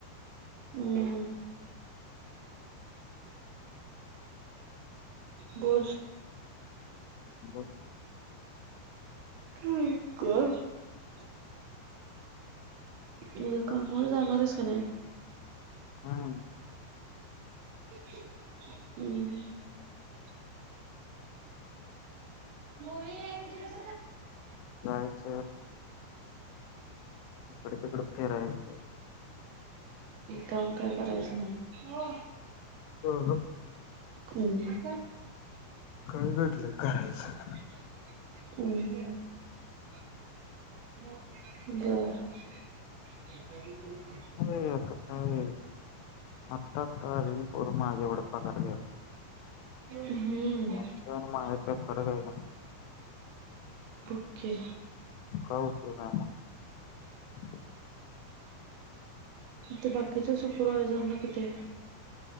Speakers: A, on the right; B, on the left.
A: हम् बोल
B: बस
A: <unintelligible> उद्या कामावर जाणार आहेस का नाही
B: हम्
A: हम्म मुळी एक दिवस
B: जायच इकडे तिकड फिरायचं
A: काम काय करायचं नाही
B: आहा
A: हम्म
B: काय नडले करायचं
A: हम् बर
B: आता काय आत्ता आत्ता आलेली पोर माझी एवढा पगार <inaudible>
A: हम्म
B: त्यांच माझ काय फर आहे का ना
A: हॉकी
B: काय उपयोग आहे मग
A: ते बाकीचा सुपरवायझर ना किती आहे